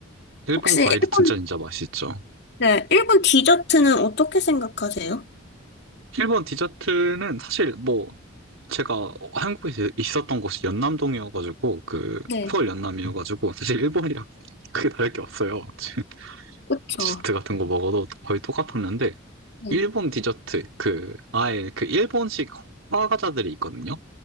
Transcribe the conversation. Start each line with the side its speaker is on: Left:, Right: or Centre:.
Right: 일본
Left: 혹시
Right: 과일이
Left: 일본,
Right: 진짜 진짜 맛있죠.
Left: 네, 일본 디저트는 어떻게 생각하세요?
Right: 일본 디저트는 사실 뭐 제가 한국에 있었던 곳이 연남동이어가지고 그
Left: 네,
Right: 서울 연남이어가지고 사실 일본이랑 <laughs> 크게 다를 게 없어요. <laughs>
Left: 그쵸.
Right: 디저트 같은 거 먹어도 거의 똑같았는데
Left: 네.
Right: 일본 디저트 그 아예 그 일본식 화과자들이 있거든요.